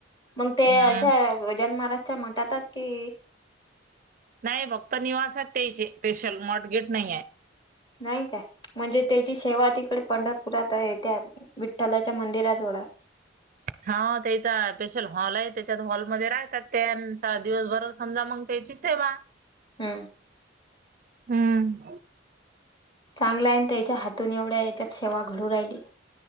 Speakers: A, on the left (about 25°); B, on the right (about 45°).
A: मग ते
B: हम्म
A: अशा, गजानन महाराजच्या मठातत की
B: नाही फक्त निवासय त्याचे. पेशल मटगेट नाहीये.
A: नाही काय? म्हणजे त्याची सेवा तिकड पंढरपुरात आहे. त्या विठ्ठलाच्या मंदिरा जवळात
B: हा, तेईचा पेशल हॉलय, त्याच्यात हॉलमध्ये राहतात त्या. दिवसभर समजा, मग त्याची सेवा.
A: हम्.
B: हम्. <inaudible>
A: चांगलाय न त्यायाच्या हातून, एवढ्या याच्यात सेवा घडून राहिली.